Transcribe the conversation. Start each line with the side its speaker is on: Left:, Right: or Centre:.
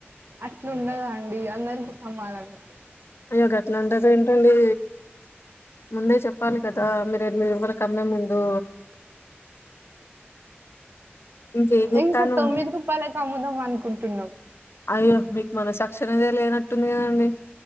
Right: అట్లుండద అండి అందరికీ సమానమే
Left: అయ్యో గట్లా అంట ఏంటండి ముందే చెప్పాలి కదా మీరు ఎ రూపాయలకి అమ్మే ముందు ఇంకేం జేత్తాన్నవు?
Right: ఇంకా తొమ్మిది రూపాయలకి అమ్ముదాం అనుకుంటున్నా్
Left: అయ్యో మీకు మన చక్షరదే లేనట్టుంది కదండి